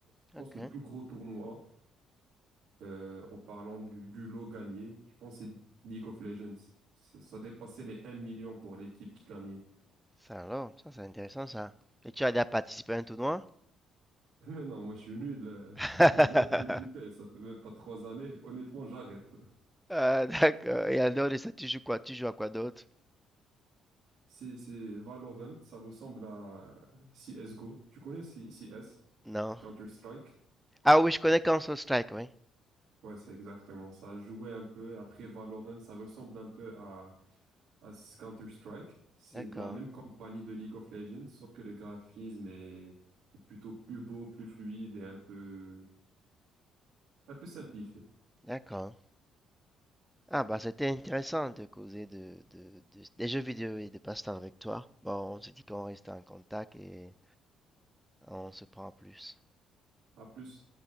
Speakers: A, on the right; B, in the centre.
A: Je pense
B: Ok.
A: que le plus gros tournoi, euh, en parlant du, du lot gagné, je pense que c'est League of Legends. Ça, ça dépassait les un million pour l'équipe qui gagnait.
B: Ça alors, ça c'est intéressant, ça. Et tu as déjà participé à un tournoi?
A: <laughs> Mais non, moi je suis nul. euh,
B: <laughs>
A: <laughs> Je viens de débuter, ça fait même pas trois années. Honnêtement, j'arrête.
B: Ah, d'accord. Et en dehors de ça, tu joues quoi? Tu joues à quoi d'autre?
A: C'est c'est Valorant, ça ressemble à CSGO. Tu connais C- CS?
B: Non.
A: C'est Counter-Strike?
B: Ah oui, je connais Counter-Strike, oui.
A: Ouais, c'est exactement ça. Jouer un peu. Après Valorant, ça ressemble un peu à à ce Counter-Strike. C'est
B: D'accord,
A: de la même compagnie de League of Legends, sauf que le graphisme est, est plutôt plus beau, plus fluide et un peu, un peu simplifié.
B: d'accord. Ah bah c'était intéressant de causer de, de- de- des jeux vidéo et des passe-temps avec toi. Bon, on se dit qu'on reste en contact et on se prend en plus.
A: À plus.